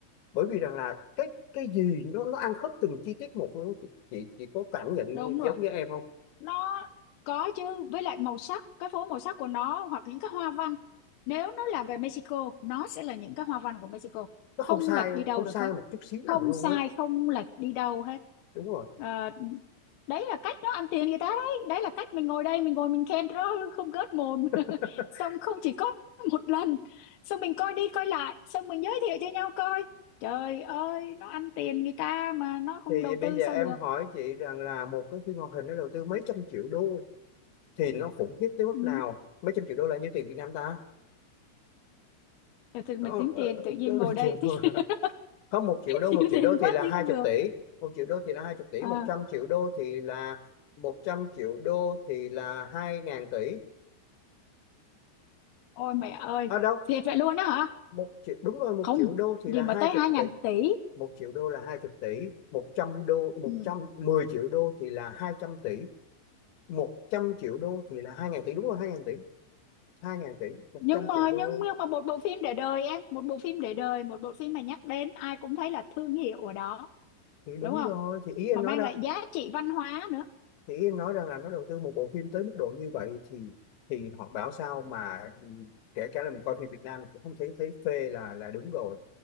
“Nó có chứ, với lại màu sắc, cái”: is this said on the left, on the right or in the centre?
Left